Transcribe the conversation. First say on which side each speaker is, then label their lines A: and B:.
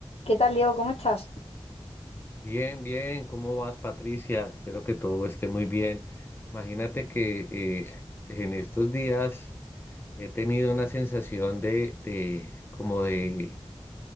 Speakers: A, on the left; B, on the left.
A: ¿Qué tal, Diego? ¿Cómo estás?
B: Bien, bien, ¿cómo vas, Patricia? Espero que todo esté muy bien. Imagínate que eh, en estos días he tenido una sensación de, de como de,